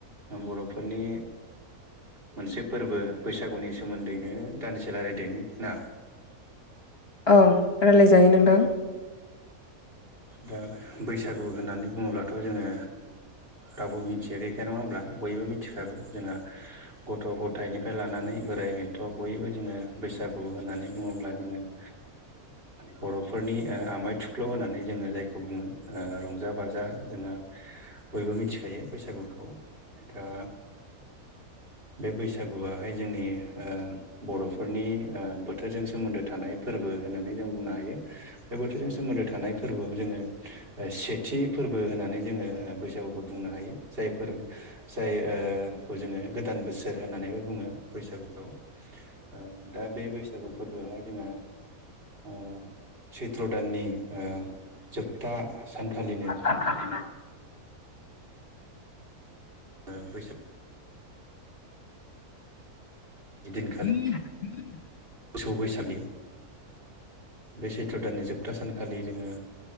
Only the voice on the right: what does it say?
बर'फोरनि मोनसे फोरबो बैसागुनि सोमोन्दैनो दानदिसेला रायलायदोनि ना
दा बैसागु होननानै बुङोब्लाथ' जोङो रावबो मिथिया गैखाया नङा होमब्ला बयबो मिथिखागौ जोंहा गथ' गथायनिफ्राय लानानै बोराइ बेन्थ' बयबो जोङो बैसागु होननानै बुङोब्ला जोङो ओ बर'फोरा फोरनि ओ आमाय थुख्ल' होननानै जोङो जायखौ बुङो रंजा बाजा जोंहा बयबो मिथिखायो बैसागुखौ दा बे बैसागुआहाय जोंनि बर'फोरनि बोथोरजों सोमोन्दो थानाय फोरबो होननानै जों बुंनो हायो बे बोथोरजों सोमोन्दो थानाय फोरबोआव जोङो सेथि फोरबो होननानै जोङो बैसागुखौ बुंनो हायो जाय फोरबो जायखौ जोङो गोदान बोसोर होननानैबो बुङो बैसागुखौ ओ दा बे बैसागु फोरबोआहाय जोंहा ओ सैत्र' दाननि ओ जोबथा सानखालिनो
ओ बैसाग दिनखालि
मोसौ बैसालि बे सैथ्र दाननि जोबथा सानखालि जोङो